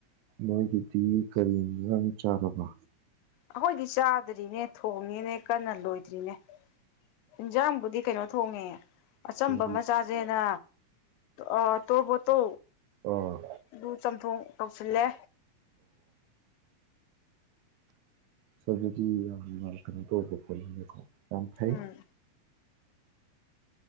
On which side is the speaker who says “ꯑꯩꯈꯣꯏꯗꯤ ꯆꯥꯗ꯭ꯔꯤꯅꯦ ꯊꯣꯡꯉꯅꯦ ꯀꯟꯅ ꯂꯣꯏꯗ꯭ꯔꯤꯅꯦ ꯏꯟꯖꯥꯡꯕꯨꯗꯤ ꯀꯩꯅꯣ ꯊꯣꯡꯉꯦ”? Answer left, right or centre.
Left